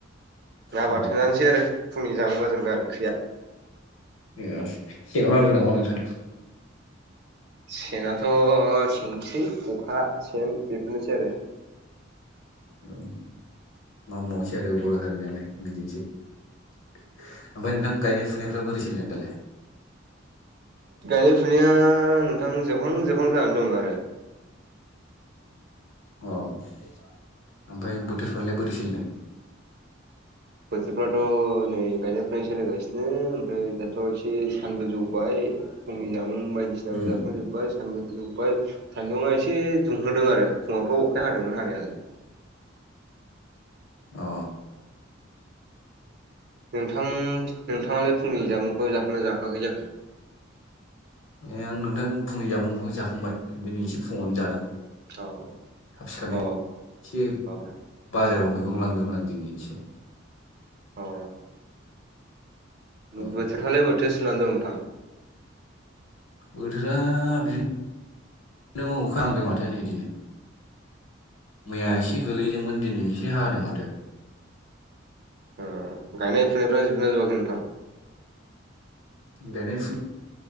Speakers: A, on the right (about 55°); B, on the left (about 85°).
A: ना
B: अ
A: बाथोनानैसै आरो फुंनि जामुङा जोंना ओंख्रिया।
B: ए जेनाव नांदों नामा नोंथांखौ
A: सेनथ' सेनसै खखा सेन बेफोरनोसै आरो
B: औ मा मावबावनोसै आरो बर' हारि नालाय बिदिनोसै ओमफ्राय नोंथां गायनाय फुनायफ्रा बोरै सोलिदों दालाय?
A: गायनाय फुनाया नोंथां जोबहां जोबहां जानानै दं आरो
B: अ ओमफ्राय बोथोरफ्रालाय बोरै सोलिदों
A: बोथोरफथ' नै गायनायफ्राय सोलिगासिनो ओमफ्राय थ' एसे सानबो जौबाय फुंनि जामुं बायदिसिनाबो
B: उम
A: जाखांजोब जोबबाय सानदुं जोबबाय सान्दुंङा एसे दुंहोदों आरो फुङावथ' अखााया हादोंमोन हानायालाय
B: अ
A: नोंथां नोंथाङालाय फुंनि जामुंखौ जाख'ना जाखोआाखै जाखो?
B: ए आं नोंथां फुंनि जामुंखौ जाखांबाय दिनै एसे फङावनो जादों।
A: औ
B: थाब सिखारनाय
A: अ
B: एसे
A: अ
B: बाजाराव मैगं लांदोंमोन आं दिनै एसे
A: अ
B: औ
A: बोथोरफ्रालाय बोथोर सुनानै दं नोंथां।
B: बोथोरा बिदिनो नों अखा हांदों माथो नै दिनै मैया
A: अ
B: एसे गोलैदोंमोन दिनै एसे हादों माथो।
A: ओ गायनाय फुनायफ्रा जोबना जोबवाखै नोंथां
B: गनाय फु